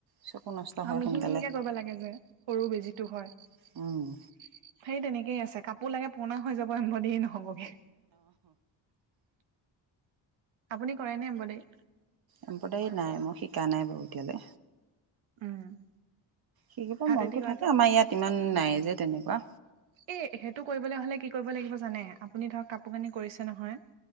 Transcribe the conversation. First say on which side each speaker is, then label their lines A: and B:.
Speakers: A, on the right; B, on the right.
A: চকু নষ্ট হয়
B: অ, মিহি-মিহিকে
A: সোনকালে
B: কৰিব লাগে যে সৰু বেজিটো হয় সেই
A: অঁ
B: তেনেকে, থিকেই আছে কাপোৰ লাগে পুৰণা হৈ যাব এমব্ৰডাৰি নহবগে। আপুনি কৰে নে এমব্ৰইডাৰি।
A: এম্ব্ৰইডাৰী নাই মই শিকা নাই বাৰু এতিয়ালে।
B: উম,
A: শিকিব
B: হাতেদি
A: মনটো
B: কৰাটো
A: থাকে আমাৰ ইয়াত ইমান নাই যে তেনেকুৱা।
B: এ সেইটো কৰিবলৈ হলে কি কৰিব লাগিব জানে। আপুনি ধৰক কাপোৰ কানি কৰিছে নহয়